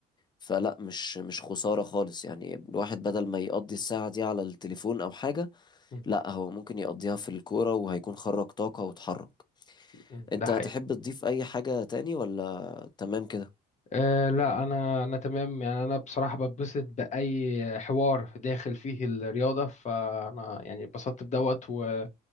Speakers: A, on the left (about 25°); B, on the left (about 45°).
A: فلا مش مش خسارة خالص يعني الواحد بدل ما يقضي الساعة دي على التليفون أو حاجة
B: مم،
A: لا هو ممكن يقضيها في الكورة وهيكون خرج طاقة واتحرك
B: مم،
A: أنت
B: ده حقيقي
A: تحب تضيف أي حاجة تاني ولا تمام كده
B: أه لا انا انا تمام يعني انا بصراحة بتبسط باي حوار داخل فيه الرياضة فانا يعني اتبسطت بدوت و...